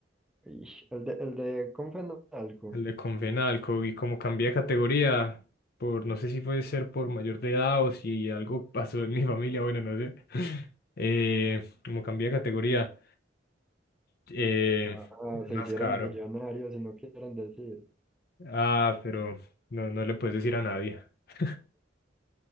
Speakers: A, in the centre; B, on the left.
A: Ish, El de, el de Confenalco.
B: El de Confenalco, y como cambié de categoría, por no sé si puede ser por mayor de edad o si algo pasó en mi <laughs> familia, bueno, no sé. <laughs> Eh, como cambié de categoría. Eh,
A: Ah,
B: es
A: se
B: más
A: hicieron
B: caro.
A: millonarios y no quieren decir.
B: Ah, pero no, no le puedes decir a nadie. <laughs>